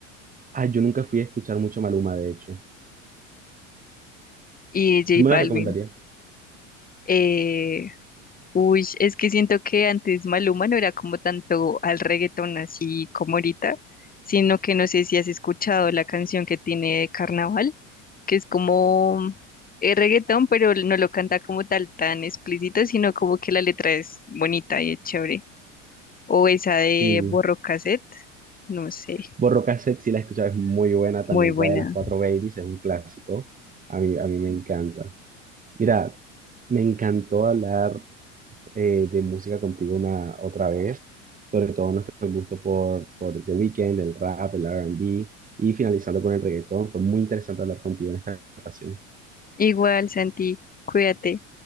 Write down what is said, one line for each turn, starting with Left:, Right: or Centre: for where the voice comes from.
Right: Ah, yo nunca fui a escuchar mucho Maluma, de hecho.
Left: Y J
Right: ¿Tú me
Left: Balvin.
Right: lo recomendarías?
Left: Eh, uy, es que siento que antes Maluma no era como tanto al reggaetón así como ahorita, sino que no sé si has escuchado la canción que tiene de Carnaval, que es como eh, reggaetón, pero no lo canta como tal tan explícito, sino como que la letra es bonita y es chévere. O esa de
Right: Sí.
Left: Borro Cassette, no sé,
Right: Borro Cassette, si la escuchas, es muy buena.
Left: muy
Right: También
Left: buena.
Right: la de las cuatro babies, es un clásico. A mí, a mí me encanta. Mira, me encantó hablar eh, de música contigo una otra vez, sobre todo nuestro gusto por, por The Weeknd, el rap, el R&B y finalizando con el reggaetón. Fue muy interesante hablar contigo en esta ocasión.
Left: Igual, Santi, cuídate.